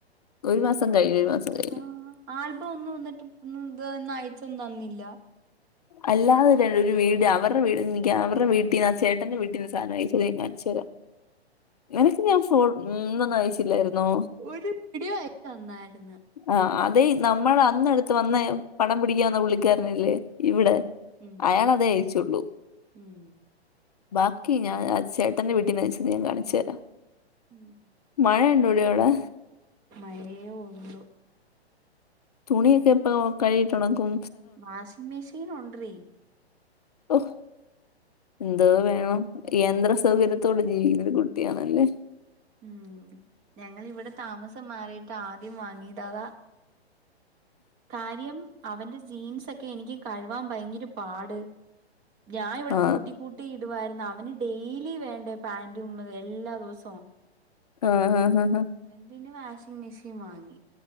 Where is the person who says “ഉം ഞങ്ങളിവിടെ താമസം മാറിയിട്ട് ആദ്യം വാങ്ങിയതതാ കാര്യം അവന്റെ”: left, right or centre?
Right